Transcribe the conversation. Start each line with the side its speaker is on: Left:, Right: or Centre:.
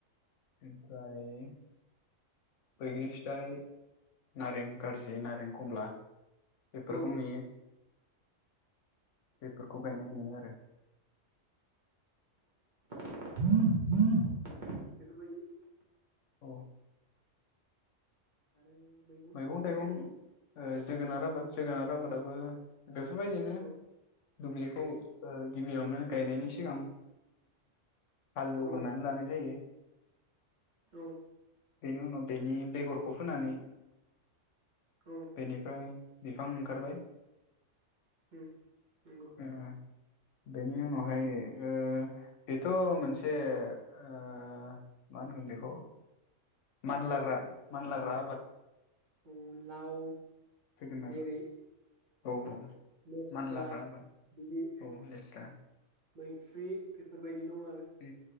Left: <unintelligible> बैग्रि फिथाइ नारें कारजि नारें खमला बेफोरखौ
Right: औ
Left: नुयो, बेफोरखौ गायनाय। नुयो आरो
Right: बेफोरबायदि
Left: औ
Right: आरो मैगं
Left: मैगं
Right: थाइगंनि
Left: थायगं
Right: बेलायाव
Left: ओ जोगोनार आबाद जोगोनार आबादाबो बेफोरबायदिनो
Right: औ
Left: दुब्लिखौ ओ गिबियावनो गायनायनि सि सिगां हाल एवग्रोनानै
Right: औ
Left: लानाय जायो
Right: औ
Left: बेनि उनाव बेनि बेगर <unintelligible>
Right: औ
Left: बेनिफ्राय बिफां ओंखारबाय
Right: उम नंगौ
Left: ओ बेनि उनावहाय ओह बेथ' मोनसे ओह मा होनगोन बेखौ मानलाग्रा मानलाग्रा आबाद।
Right: औ लाव
Left: जोगोनार
Right: जेरै
Left: औ औ।
Right: लेस्रा
Left: मानलाग्रा आबाद
Right: बिदि
Left: औ लेस्रा
Right: मैफ्रि बेफोरबायदिब दं आरो।
Left: बे